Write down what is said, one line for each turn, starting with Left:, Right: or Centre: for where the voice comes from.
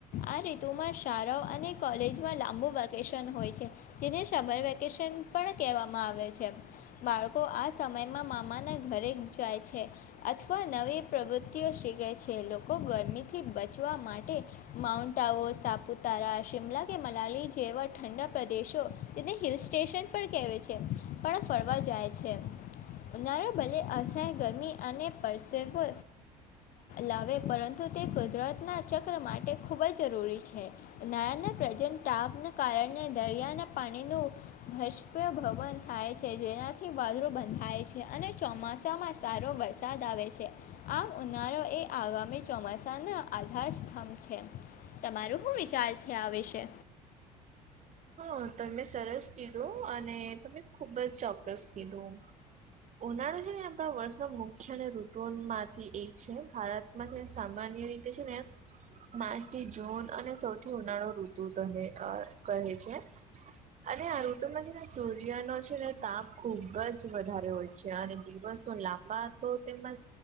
Left: આ ઋતુમાં શાળાઓ અને કોલેજમાં લાંબુ વેકેશન હોય છે. જેને સમર વેકેશન પણ કહેવામાં આવે છે. બાળકો આ સમયમાં મામાના ઘરે જાય છે. અથવા નવી પ્રવૃત્તિઓ શીખે છે લોકો ગરમીથી બચવા માટે માઉન્ટ આવો સાપુતારા શિમલા કે મલાલી જેવર ઠંડા પ્રદેશો. તેને હિલ સ્ટેશન પણ કહે છે પણ ફરવા જાય છે. ઉનાળા બલે અશાય ગરમી અને પરસેવો લાવે પરંતુ તે કુદરતના ચક્ર માટે ખૂબજ જરૂરી છે. નાના પ્રજન ટાપનાને કારણે દરિયાના પાણીનો ભષપ ભવન થાય છે જેનાથી વાદરો બંધાય છે અને ચોમાસામાં સારો વર. સાદ આવે છે આમ ઉનારો એ આગામી ચોમાસાના આધાર સ્તંભ છે તમારું શું વિચાર છે આ વિશે?
Right: હા તમે સરસ કીધું અને તમે ખુબજ ચોક્કસ કીધું. ઉનાળા છે ને આપણા વર્ષનો મુખ્ય અને ઋતુ માંથી એક છે. મને સામાન્ય રીતે છે ને માર્ચ થી જૂન અને સૌથી ઉનાળો ઋતુ કહે કહે છે. અને આ ઋતુમાં છે ને સૂર્યનો છે ને તાપ ખુબ જ વધારે હોય છે અને દિવસ લાંબા તો તેમ જ